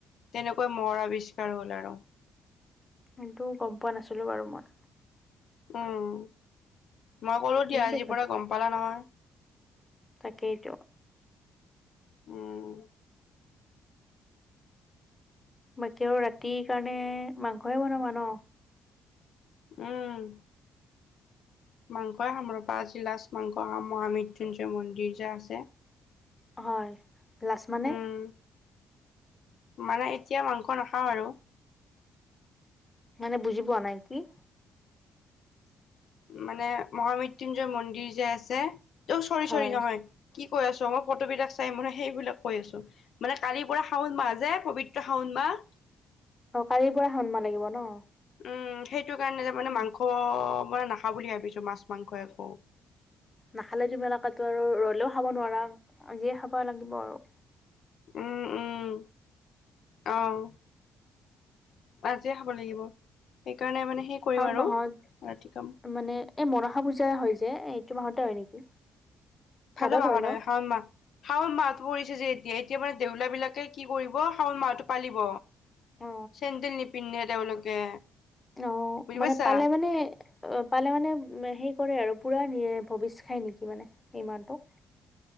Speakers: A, on the left; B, on the left.
A: তেনেকৈ মহৰ আৱিষ্কাৰ হ'ল আৰু।
B: কিন্তু গম পোৱা নাছিলো বাৰু মই।
A: উম মই ক'লো
B: কি
A: দিয়া
B: যে
A: আজিৰ পৰা গম পালা নহয়।
B: তাকেইটো।
A: উম।
B: বাকী আৰু ৰাতিৰ কাৰণে মাংসয়ে বনাবা ন?
A: উম। মাংসই খাম ৰবা আজিলাাজ মাংসা খাম, মৃত্যুঞ্জয় মন্দিৰ যে আছে
B: হয়। লাষ্ট মানে?
A: উম মানে এতিয়া মাংস নাখাওঁ আৰু।
B: মানে বুজি পোৱা নাই কি?
A: মানে মহামৃত্যয়ুঞ্জয় মন্দিৰ যে আছে, চৰি
B: হয়
A: চৰি নহয়। কি কৈ আছ, মই ফটো বিলাক চাই মানে সেইবিলাক কৈ আছো। মানে কালিৰ পৰা শাওন মাহ যে পবিত্ৰ শাওন মাহ।
B: অ কালিৰ পৰা শাওন মাহ লাগিব ন?
A: উম সেইটো কাৰণে যে মানে
B: উম
A: মাংস মানে নাখা বুলি ভাবিছো মাছ মাংস একো।
B: নাখালে আৰু ৰলেও খাব নোৱাৰা আজিয়ে খাব লাগিব আৰু।
A: উম উম অহ। অ আজিয়ে খাব লাগিব। সেইকাৰণে মানে সেই কৰিম
B: শাওণ
A: আৰু
B: মাহত
A: ৰাতি কাম।
B: মানে এই মনসা পূজা হয় যে, এ এইটো মাহতে হয় নেকি? ভাদত
A: ঠাণ্ডা মাহত
B: ন
A: হয়, শাওন মাহ। শাওন মাহটো পৰিছে যে এতিয়া এতিয়া মানে দেউলীয়া বিলাকে কি কৰিব শাওন মাহটো পালিব।
B: অ
A: চেণ্ডেল নিপিন্দে তেওঁলোকে।
B: অ
A: বুজি
B: মানে
A: পাইছা
B: পালে মানে অ পালে মানে হে কৰে আৰু পোৰা ভৱিষ্ খাই নেকি মানে সেই মাহটো।